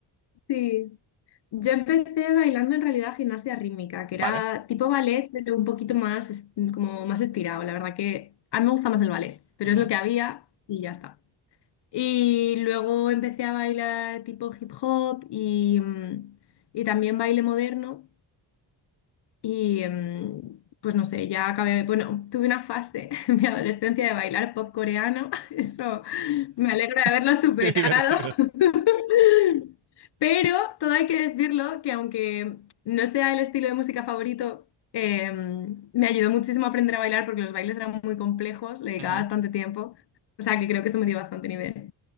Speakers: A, on the left; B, on the right.
A: sí. Yo empecé bailando en realidad gimnasia rítmica, que
B: Vale.
A: era tipo ballet, pero un poquito más, es- como más estirado. La verdad que a mí me gusta más el ballet, pero
B: ujú,
A: es lo que había y ya está. Y luego empecé a bailar tipo hip hop y, mm, y también baile moderno. Y em, pues no sé, ya acabé, bueno, tuve una fase <laughs> en mi adolescencia de bailar pop coreano, <laughs> eso me alegra de haberlo
B: <laughs>
A: superado.
B: Qué divertido.
A: <laughs> Pero todo hay que decirlo que aunque no sea el estilo de música favorito, em, me ayudó muchísimo a aprender a bailar porque los bailes eran muy complejos, le dedicaba
B: ujú,
A: bastante tiempo, o sea que creo que eso me dio bastante nivel.